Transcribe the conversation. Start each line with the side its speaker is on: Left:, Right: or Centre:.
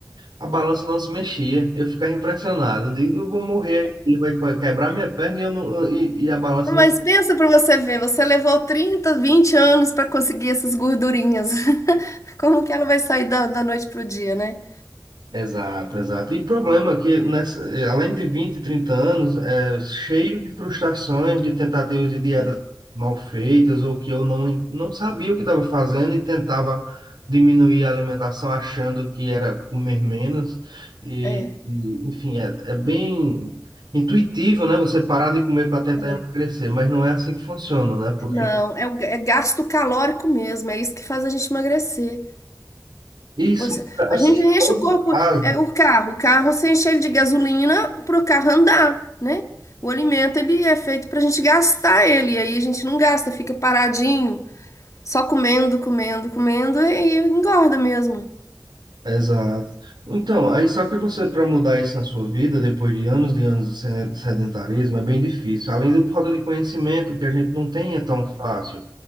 Right: a balança não se mexia. Eu ficava impressionado. Eu digo, eu vou morrer aqui, vai quebrar minha perna e, eu não, e, e a balança
Left: Mas
Right: não
Left: pensa para você ver, você levou 30, 20 anos para conseguir essas gordurinhas. <laughs> Como que ela vai sair da, da noite pro dia, né?
Right: Exato, exato. E problema que, nessa, além de 20, 30 anos, é cheio de frustrações, de tentativas de dietas
Left: É,
Right: mal feitas, ou que eu não, não sabia o que estava fazendo e tentava diminuir a alimentação achando que era comer menos. E,
Left: É,
Right: e, enfim, é, é bem intuitivo, né? Você parar de comer para tentar
Left: é.
Right: emagrecer, mas não é assim que funciona, né? Porque
Left: Não, é, o- é gasto calórico mesmo, é isso que faz a gente emagrecer.
Right: isso,
Left: Você, a
Right: assim,
Left: gente enche
Right: a longo
Left: o corpo,
Right: prazo,
Left: é o carro, o carro você enche ele de gasolina para o carro andar, né? O alimento ele é feito para a gente gastar ele, e aí a gente não gasta, fica paradinho, só comendo, comendo, comendo e engorda mesmo.
Right: Exato. Então, aí só que você, para mudar isso na sua vida, depois de anos e anos de sene- sedentarismo, é bem difícil. Além do falta de conhecimento, que a gente não tem é tão fácil.